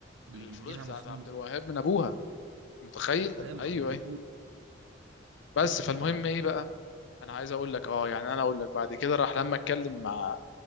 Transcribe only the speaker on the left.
الفلوس
بتاعت
عبد الوهاب من ابوها متخيل
ايوه
ايوه بس
فالمهم
ايه بقى انا عايز اقول لك اه يعني انا اقول لك بعد كده راح لما اتكلم مع